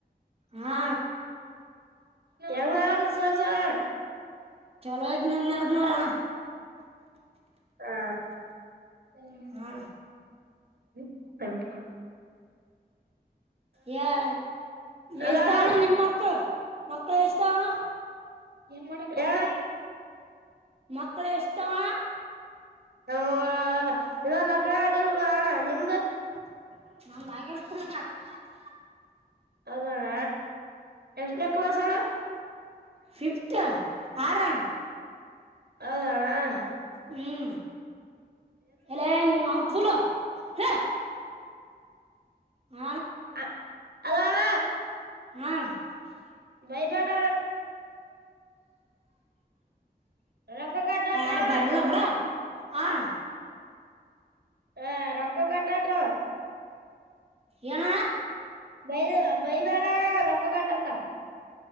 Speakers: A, on the right; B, on the right.
A: ಹಾ
B: ಎಂಗ ಆಡ ಸಸಾರ
A: ಚಲೋ ನೀ ಇರನೂರಾ
B: ಆ ತ್ಯಾಂಕ್
A: ಹಾ
B: ಯು
A: ಯಾರ
B: ಅಲ್ಲ
A: ಎಷ್ಟ್
B: ಅಣ್ಣ
A: ತಾವಣ್ಣ ನಿಮ ಮಕ್ಳು ಮಕ್ಳ ಎಷ್ಟ್ ತಾವಣ
B: ಏನ್ ಮಾಡಡ ಹೇಳ
A: ಮಕ್ಳ ಎಷ್ಟಾವ
B: ಹ ಇ ಲಗ್ನ ಆಗಲ್ವ ಹಣ ನಿಮ್ದ
A: ನಮ್ದಾಗಿತ
B: ಅದಣ ಎಷ್ಟನ ಕ್ಲಸ್ಳ
A: ಫಿಫತ್ ಆರ
B: ಹೌದಣ
A: ಹ್ಮ್ ಎಲ್ಲ ನಿನ್ ನಂಗ <unintelligible> ಹ
B: ಹ ಅದಣ
A: ಹ್ಮ
B: ವೈವಾಡ ರೊಕ್ಕ ಕಟ್ಟಾತ
A: ಯಾರ
B: ಅಣ್ಣ
A: ಬರಲ್ಲ ಬುರ ಹ
B: ಹ ರೊಕ್ಕ ಕಟಾದ
A: ಏನ
B: ಬೈ ಬೈಬೇಡ ರೊಕ್ಕ ಕಟ್ಟತ್ತ